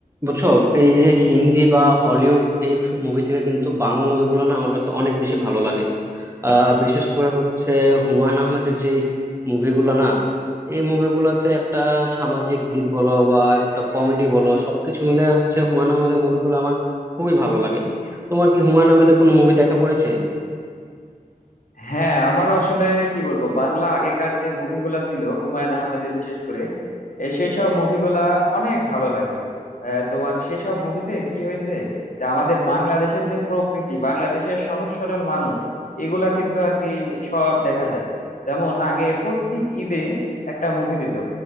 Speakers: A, on the right; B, on the left.
A: বুঝছো এই যে হিন্দি বা হলিউড এইসব মুভি থেকে কিন্তু বাংলা মুভিগুলো না আমার কাছে অনেক বেশি ভালো লাগে আহ বিশেষ করে হচ্ছে হুমায়ুন আহমেদের যে মুভিগুলো না এই মুভিগুলোতে একটা সামাজিক দিক বলো বা একটা কমেডি বলো সবকিছু মিলে হচ্ছে হুমায়ুন আহমেদের মুভিগুলো আমার খুবই ভালো লাগে তোমার কি হুমায়ুন আহমেদের কোনো মুভি দেখা পড়েছে
B: হ্যাঁ আমারও আসলে কি বলবো বাংলা আগেকার যে মুভিগুলা ছিল হুমায়ুন আহমেদের বিশেষ করে এ, সেই সব মুভিগুলা অনেক ভালো লাগে আহ, তোমার সেই সব মুভিতে কি হয়েছে যে আমাদের বাংলাদেশের যে প্রকৃতি বাংলাদেশের সহজ সরল মানুষ এগুলা কিন্তু আর কি সব দেখা যায় যেমন আগে প্রত্যেক ঈদে একটা মুভি দিত